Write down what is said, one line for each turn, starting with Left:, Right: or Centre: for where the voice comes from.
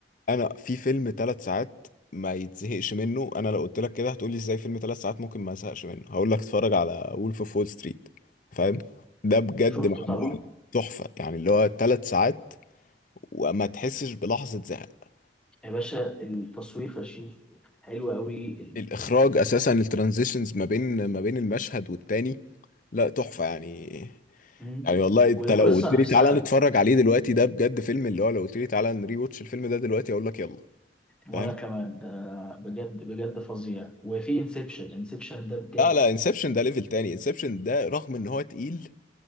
Left: انا في فيلم ثلاث ساعات ما يتزهقش منه انا لو قلت لك كده هتقولي ازاي فيلم ثلاث ساعات ممكن ما ازهقش منه هقول لك اتفرج على وولف اوف وول ستريت فاهم ده بجد
Centre: شفته
Left: معمول
Centre: طبعا
Left: تحفة يعني اللي هو ثلاث ساعات وما تحسش بلحظة زهق
Centre: يا باشا التصوير فشيخ حلو قوي ال...
Left: الاخراج
Centre: ال...
Left: اساسا
Centre: يعني
Left: الترانزيشنز ما بين ما بين المشهد والتاني لا تحفة يعني
Centre: مم.
Left: يعني والله انت
Centre: والقصه
Left: لو قلت يعني
Centre: نفسها
Left: لي تعالى نتفرج عليه دلوقتي ده بجد فيلم اللي هو لو قلت لي تعالى نري واتش الفيلم ده دلوقتي اقول لك يلا
Centre: وانا
Left: فاهم
Centre: كمان ده بجد بجد فظيع وفي انسبشن انسبشن ده بجد
Left: لا لا انسبشن ده ليفل تاني انسبشن ده رغم ان هو تقيل